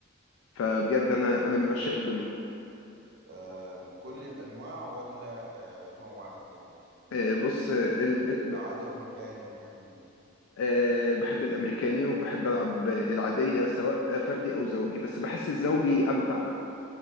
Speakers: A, on the left; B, on the right.
A: فبجد انا انا من عشاق الدومينو
B: آم، كل الأنواع ولا آه، نوع واحد يعني الدكتور
A: آه، بص آه، ال- آه، ب-
B: عادي وأمريكاني وحاجات من دي
A: آه، بحب الامريكاني وبحب العب العادية سواء فردي او زوجي بس بحس الزوجي امتع